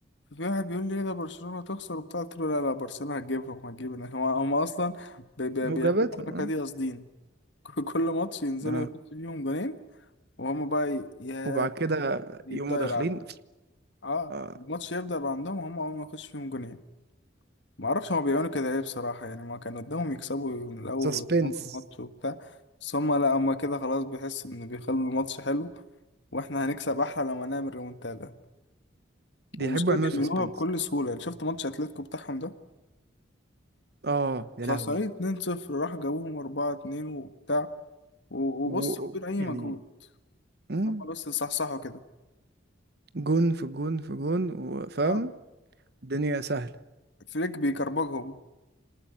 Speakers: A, on the left; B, on the right.
A: في واحد بيقول لي ايه ده برشلونة تخسر وبتاع قلت له لا لا برشلونة هتجيبهم هتجيب هم هم اصلا بي- بي-
B: لو
A: بيعملوا
B: جابتهم
A: الحركة
B: اه
A: دي قاصدين <laughs> كل ماتش ينزلوا
B: اه
A: يحطوا فيهم جونين وهم بقى ي- يا
B: وبعد كده
A: يبدأوا
B: يقوموا داخلين
A: يلعبوا اه
B: اه
A: الماتش يبدأ بقى عندهم هم اول ما يخش فيهم جونين ما اعرفش هما بيعملوا كده ليه بصراحة يعني ما كان قدامهم يكسبوا من الاول
B: سسبنس
A: ويتفوقوا الماتش وبتاع بس هما لا هما كده خلاص بيحسوا ان بيخلوا الماتش حلو واحنا هنكسب احلى لما نعمل ريمونتادا
B: بيحبوا
A: والمشكلة
B: يعملوا
A: بيعملوها
B: سسبنس
A: بكل سهولة يعني شفت ماتش اتلتيكو بتاعهم ده
B: اه يا
A: خسرين
B: لهوي
A: 2-0 راح جابوهم 4-2 وبتاع و-
B: و
A: وبص بدون أي
B: يعني
A: مجهود
B: مم،
A: هم بس صحصحوا كده
B: جون في جون في جون وفاهم
A: اه
B: الدنيا سهلة
A: فليك بيكربجهم